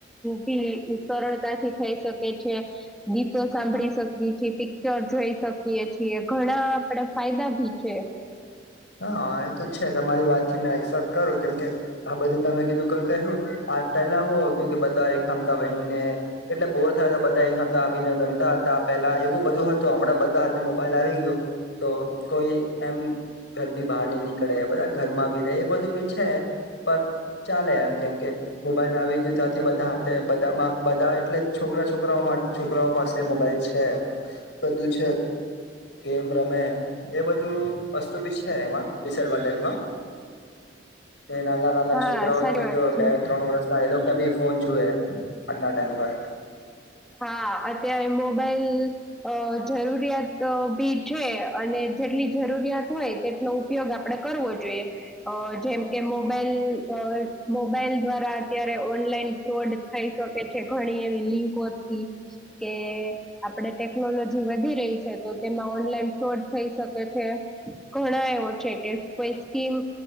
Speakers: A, in the centre; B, on the left.
A: ભી સરળતાથી થઈ શકે છે. ગીતો સાંભળી શકીએ છીએ, પિક્ચર જોઈ શકીએ છીએ, ઘણા આપડે ફાયદા ભી છે‌. <unintelligible>
B: હા, એ તો છે. તમારી વાત થી મેં એક્સેપ્ટ કરું, કેમકે આ બધું તમે કીધું કોઈ કહ્યું. આ પહેલા હતું કે બધા એક હમણાં બને એટલે બોર થયા તો. બધા એક હતા આવીને રમતા હતા. પહેલા એવું બધું હતું, હમણાં બધા હાથે મોબાઈલ આવી ગયો તો, કોઈ એમ ઘર થી બહાર નઈ નીકળે, બધા ઘરમાં બી રહે. એ બધું બી છે પણ ચાલે એમ કેમ કે મોબાઈલ આવી ગયું ત્યાંથી બધા હાથે બધામાં બધા એટલે જ છોરા છોકરાઓમાં છોકરાઓ પાસે મોબાઈલ છે બધું છે એમ રમે એ બધું. વસ્તુ બી છે એમાં ડિસએડવાન્ટેજમાં નાના-નાના
A: હા
B: છોકરાઓ
A: સારી
B: તો, તમે
A: વાત
B: કહો
A: છે
B: બે-ત્રણ વર્ષ એ લોકોને ભી ફોન જોએ, આજના ટાઈમ પર.
A: હા, અત્યારે મોબાઈલ જરૂરિયાત ભી છે અને જેટલી જરૂરિયાત હોય, તેટલો ઉપયોગ આપણે કરવો જોઈએ. જેમ કે મોબાઈલ અ મોબાઈલ દ્વારા અત્યારે ઓનલાઈન ફ્રોડ થઈ શકે છે. ઘણી એવી લિંકોથી કે આપણે ટેકનોલોજી વધી રહી છે, તો તેમાં ઓનલાઈન ફ્રોડ થઈ શકે. થઈ શકે છે. ઘણા એવો છે કે, કોઈ સ્કીમ